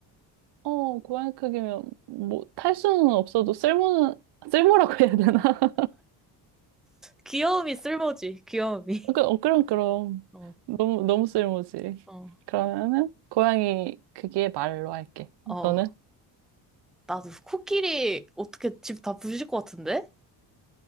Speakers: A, on the right; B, in the centre.
A: 어, 고양이 크기면 뭐 탈 수는 없어도 쓸모는 쓸모라고 해야 되나? <laughs>
B: 귀여움이 쓸모지, 귀여움이.
A: 어, 그- 어, 그럼 그럼
B: <laughs> 어,
A: 너무 너무 쓸모지.
B: 어.
A: 그러면은 고양이 크기의 말로 할게.
B: 어.
A: 너는?
B: 나도 코끼리 어떻게 집 다 부실 것 같은데?